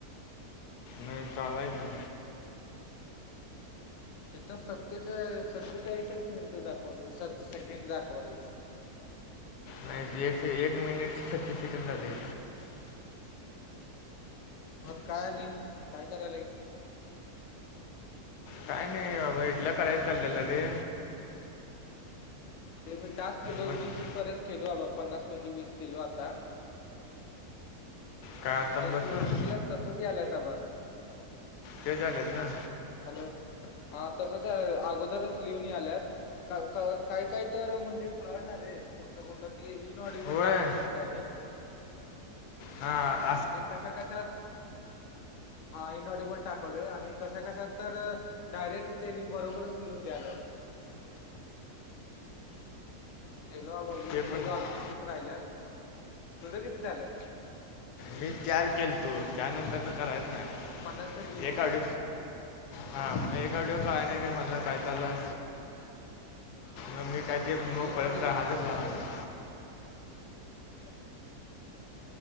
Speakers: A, on the left; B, on the left.
A: नाही चालु आहे की.
B: इथं सत्तेचाळी-सत्तेचाळीसच मिनिटं दाखवले स-सेकंड दाखवाले.
A: नाही एक, एक मिनिट छत्तीस सेकंड झाले.
B: <inaudible> मग काय आणि काय करायलाय?
A: काय नाही बाबा इडल्या कराय चाललेलं रे.
B: हम्म ह, ते मी टास्क केलो
A: मग
B: वीस पर्यंत केलो बाबा पन्नास पैकी वीस केलो आता.
A: काय आता
B: ते
A: बसून
B: तू म्हटलेलंस तसच यालाय आबा.
A: ते झालेत ना?
B: हॅलो! हा तसच अगोदरच लिहूनणी याल्यात. का काही काही तर म्हणजे कळणारे कुठलं ते इनऑडीबल
A: होय
B: टाकायलो मी डायरेक्ट.
A: हा.
B: आणि कशा कशात हा इनऑडीबल टाकवलोय आणि कशा कशात तर डायरेक्ट तेनी बरोबरच लिहून द्यायल्यात. केलो अबा वीस
A: ते
B: केलो
A: पण आहे
B: अजून तीस राहिल्यात. तुझं किती झाल्यत?
A: मी चार केलतो त्यानंतर न करायच नाही.
B: पन्नास पैकी
A: एक आड हा मग एक ऑडिओ कळाय नाही रे मला
B: मी आत
A: काय चालाय.
B: हा हा
A: मग मी काय ते मग
B: इनऑडिबल
A: परत हातच
B: टाकायचं
A: लावाय नाही.
B: <inaudible> <unintelligible>